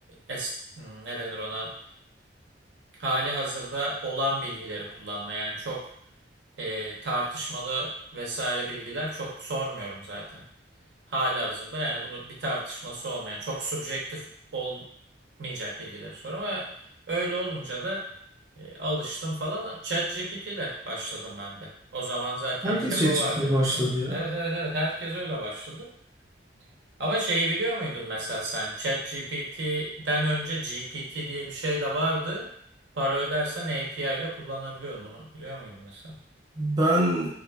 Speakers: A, on the right (about 70°); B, on the right (about 20°).
A: es- hmm, ne denir ona? Hali hazırda olan bilgileri kullanma. Yani çok e, tartışmalı vesaire bilgiler çok sormuyorum zaten. Halihazırda yani bunu bir tartışması olmayan çok subjektif olmayacak bilgileri sor ama öyle olunca da e, alıştım falan. ChatGPT ile başladım ben de. O zaman zaten
B: Herkes
A: bir tek
B: ChatGPT'ye
A: o vardı herhalde
B: başladı
A: değil mi?
B: ya.
A: Evet evet evet herkes öyle başladı. Ama şeyi biliyor muydun mesela sen ChatGPT'den önce GPT diye bir şey de vardı. Para ödersen API ile kullanabiliyordun bunu biliyor muydun mesela?
B: Ben